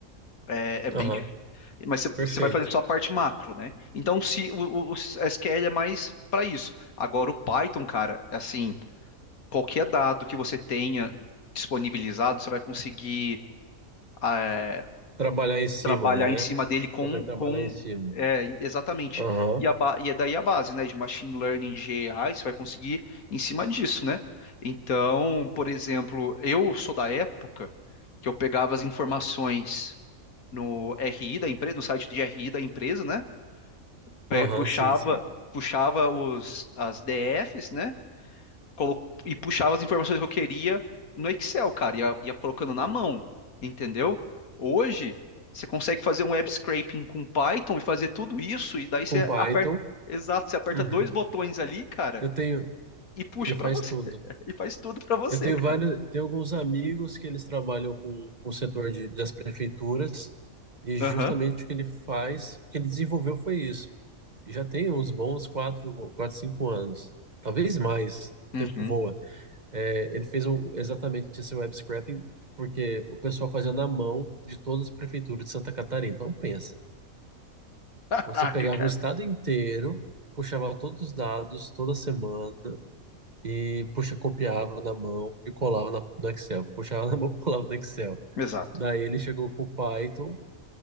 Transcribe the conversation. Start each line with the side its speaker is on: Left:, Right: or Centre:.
Left: É, é bem
Right: Aham,
Left: Mas você
Right: perfeito.
Left: você vai fazer só a parte macro, né? Então, se o, o- o SQL é mais para isso. Agora, o Python, cara, assim, qualquer dado que você tenha disponibilizado, você vai conseguir ah,
Right: Trabalhar em cima,
Left: trabalhar
Right: né?
Left: em cima dele com,
Right: Consegue trabalhar
Left: com
Right: em cima.
Left: é, exatamente.
Right: Aham,
Left: E, a, ba- e é daí a base, né? De machine learning, de AI, você vai conseguir em cima disso, né? Então, por exemplo, eu sou da época que eu pegava as informações no RI da empresa, no site de RI da empresa, né? pe-
Right: aham,
Left: puxava,
Right: sim, sim.
Left: puxava os, as DFs, né? Colo- E puxava as informações que eu queria no Excel, cara, ia, ia colocando na mão, entendeu? Hoje, você consegue fazer um web scraping com Python e fazer tudo isso, e daí
Right: Com
Left: você
Right: Python
Left: aperta, exato, você aperta
Right: Uhum.
Left: dois botões ali, cara,
Right: Eu tenho,
Left: e puxa
Right: e faz
Left: pra você,
Right: tudo.
Left: <laughs> e faz tudo pra você,
Right: Eu tenho
Left: cara.
Right: vários, tenho alguns amigos que eles trabalham com, com o setor de, das prefeituras e justamente
Left: Aham.
Right: o que ele faz, o que ele desenvolveu foi isso. E Já tem uns bons quatro, quatro, cinco anos, talvez mais. O
Left: Uhum.
Right: tempo voa. É, ele fez um- exatamente esse web scraping porque o pessoal fazia na mão de todas as prefeituras de Santa Catarina. Então pensa,
Left: Caraca,
Right: você pegava
Left: cara.
Right: um estado inteiro, puxava todos os dados toda semana e, puxa, copiava na mão e colava na- no Excel. Puxava na mão, <laughs> e colava no Excel.
Left: Exato.
Right: Daí ele chegou com o Python,